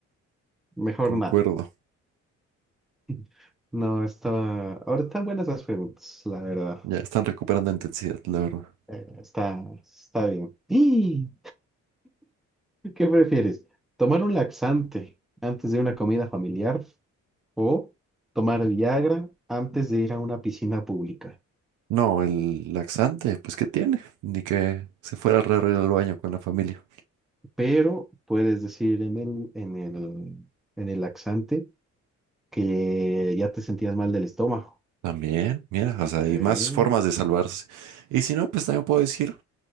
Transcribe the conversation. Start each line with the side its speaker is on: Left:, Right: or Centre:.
Centre: Mejor
Right: concuerdo.
Centre: nada. <laughs> No, está... Ahora están buenas las preguntas, la verdad.
Right: Ya están recuperando intensidad, la verdad.
Centre: Eh, está, está bien. ¡Y! ¿Qué prefieres? ¿Tomar un laxante antes de una comida familiar o tomar Viagra antes de ir a una piscina pública?
Right: No, el laxante, pues ¿qué tiene? Ni que se fuera raro ir al baño con la familia.
Centre: pero puedes decir en el, en el, en el laxante que ya te sentías mal del estómago.
Right: También, mira, o sea, hay
Centre: Eh,
Right: más formas de salvarse. Y si no, pues también puedo decir,